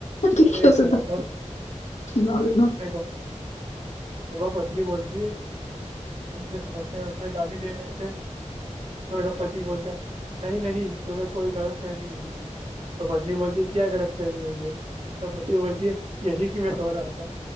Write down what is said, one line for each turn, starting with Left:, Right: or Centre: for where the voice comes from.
Left: ठीक
Right: मैं
Left: है,
Right: एक
Left: उसे
Right: सुनाता
Left: मत
Right: हूँ
Left: सुना देना
Right: देखो देवा पत्नी बोलती है तुम जो सोते हुए गाली दे रहे थे तो मेरा पति बोलता है नहीं नहीं तुम्हें कोई गलत फहमी हुई है तो पत्नी बोलती है क्या गलत फहमी हुई है तो पति बोलती है यही कि मैं सो रहा था